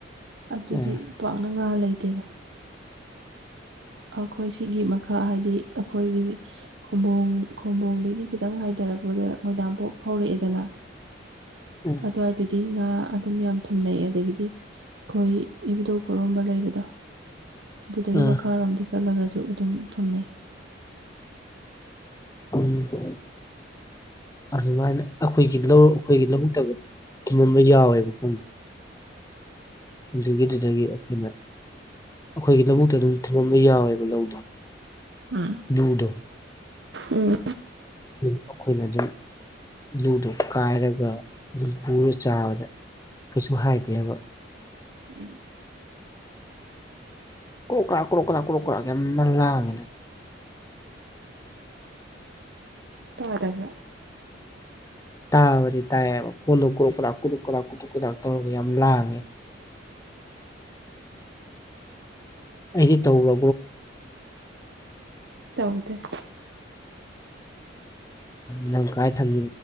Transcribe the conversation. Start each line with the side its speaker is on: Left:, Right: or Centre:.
Right: ꯑꯗꯨꯗꯤ
Left: ꯎꯝ
Right: ꯄꯥꯛꯅ ꯉꯥ ꯂꯩꯇꯦꯗ꯫ ꯑꯩꯈꯣꯏ ꯁꯤꯒꯤ ꯃꯈꯥ ꯍꯥꯏꯗꯤ ꯑꯩꯈꯣꯏꯒꯤ ꯈꯨꯡꯕꯣꯡ ꯈꯨꯡꯝꯕꯣꯡꯗꯒꯤ ꯈꯤꯇꯪ ꯍꯥꯏꯊꯔꯛꯄꯗ ꯃꯣꯏꯗꯥꯡꯄꯣꯛ ꯍꯧꯔꯛꯑꯦꯗꯅ
Left: ꯎꯝ꯫
Right: ꯑꯗꯨꯋꯥꯏꯗꯨꯗꯤ ꯉꯥ ꯑꯗꯨꯝ ꯌꯥꯝ ꯊꯝꯅꯩꯑꯦ ꯑꯗꯒꯤꯗꯤ ꯑꯩꯈꯣꯏ ꯏꯕꯨꯙꯧ ꯄꯔꯣꯝꯕ ꯂꯩꯕꯗꯣ? ꯑꯗꯨꯗꯒꯤ
Left: ꯎꯝ ꯑ
Right: ꯃꯈꯥꯔꯣꯝꯗ ꯆꯠꯂꯒꯁꯨ ꯑꯗꯨꯝ ꯊꯨꯝꯅꯩ꯫
Left: ꯎꯝ꯫ ꯑꯗꯨꯃꯥꯏꯅ ꯑꯩꯈꯣꯏꯒꯤ ꯂꯧ ꯑꯩꯈꯣꯏꯒꯤ ꯂꯧꯕꯨꯛꯇꯒ ꯊꯨꯝꯃꯝꯕ ꯌꯥꯎꯋꯦꯕ ꯄꯨꯡ ꯑꯗꯨꯒꯤꯗꯨꯗꯒꯤ ꯑꯩꯈꯣꯏꯅ ꯑꯩꯈꯣꯏꯒꯤ ꯂꯧꯕꯨꯛꯇ ꯑꯗꯨꯝ ꯊꯨꯝꯃꯝꯕ ꯌꯥꯎꯋꯦꯕ ꯂꯧꯗꯣ
Right: ꯎꯝ
Left: ꯂꯨꯗꯣ
Right: ꯎꯝ
Left: ꯑꯩꯈꯣꯏꯅ ꯑꯗꯨ ꯂꯨꯗꯣ ꯀꯥꯏꯔꯒ ꯑꯗꯨꯝ ꯄꯨꯔ ꯆꯥꯕꯗ ꯀꯩꯁꯨ ꯍꯥꯏꯗꯦꯕ꯫
Right: ꯎꯝ
Left: ꯀ꯭ꯔꯣꯛ ꯀ꯭ꯔꯥ ꯀ꯭ꯔꯣꯛ ꯀ꯭ꯔꯥ ꯀ꯭ꯔꯣꯛ ꯀꯥ ꯌꯥꯝꯅ ꯂꯥꯡꯉꯦꯅꯦ
Right: ꯇꯥꯗꯕ꯭ꯔꯥ
Left: ꯇꯥꯕꯗꯤ ꯇꯥꯏꯌꯦꯕ ꯀꯣꯟꯗꯣ ꯀ꯭ꯔꯣꯛ ꯀ꯭ꯔꯥ ꯀ꯭ꯔꯣꯛ ꯀ꯭ꯔꯥ ꯀ꯭ꯔꯣꯛ ꯇꯧꯔꯒ ꯌꯥꯝ ꯂꯥꯡꯉꯦ ꯑꯩꯗꯤ ꯇꯧꯕ꯭ꯔꯣ
Right: ꯇꯧꯗꯦ
Left: ꯅꯪ ꯀꯥꯏ ꯊꯝꯃꯤ